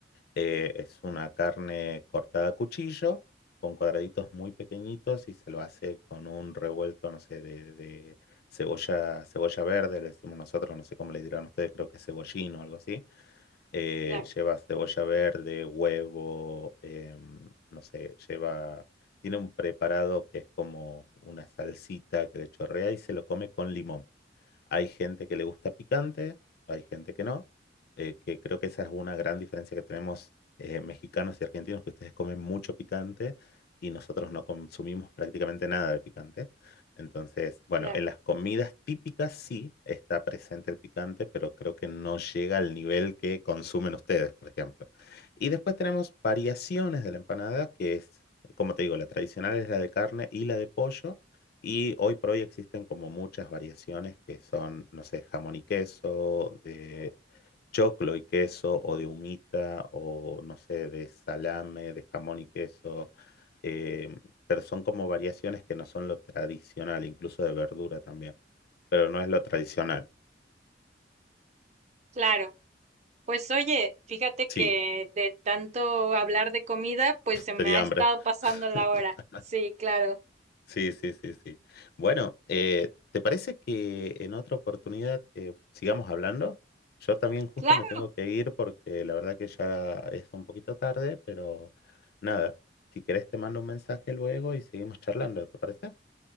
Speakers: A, on the left; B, on the right.
A: Eh, es una carne cortada a cuchillo, con cuadraditos muy pequeñitos y se lo hace con un revuelto, no sé, de, de cebolla, cebolla verde, le decimos nosotros, no sé cómo le dirán ustedes, creo que cebollín o algo así. Eh,
B: Claro,
A: lleva cebolla verde, huevo, em, no sé, lleva... Tiene un preparado que es como una salsita que le chorrea y se lo come con limón. Hay gente que le gusta picante, hay gente que no, eh, que creo que esa es una gran diferencia que tenemos eh, mexicanos y argentinos, que ustedes comen mucho picante y nosotros no consumimos prácticamente nada de picante. Entonces, bueno,
B: claro,
A: en las comidas típicas sí está presente el picante, pero creo que no llega al nivel que consumen ustedes, por ejemplo. Y después tenemos variaciones de la empanada, que es, como te digo, la tradicional es la de carne y la de pollo. Y hoy por hoy existen como muchas variaciones que son, no sé, jamón y queso, de choclo y queso, o de humita, o no sé, de salame, de jamón y queso. eh, pero son como variaciones que no son lo tradicional, incluso de verdura también. Pero no es lo tradicional.
B: claro. Pues oye, fíjate
A: Sí,
B: que de tanto hablar de comida, pues se me
A: te di
B: ha
A: hambre.
B: estado pasando
A: <laughs>
B: la hora. Sí, claro,
A: Sí, sí, sí, sí. Bueno, eh, ¿te parece que en otra oportunidad eh, sigamos hablando? Yo también justo
B: claro,
A: me tengo que ir porque la verdad que ya es un poquito tarde, pero nada, si querés te mando un mensaje luego y seguimos charlando, ¿te parece?